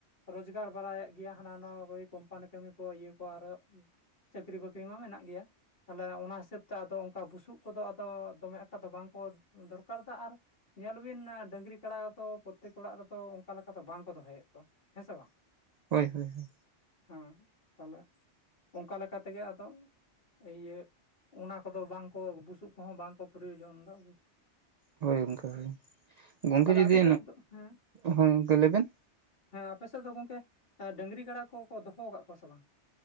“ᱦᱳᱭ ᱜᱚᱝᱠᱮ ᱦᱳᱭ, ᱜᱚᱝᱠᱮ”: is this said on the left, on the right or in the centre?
Right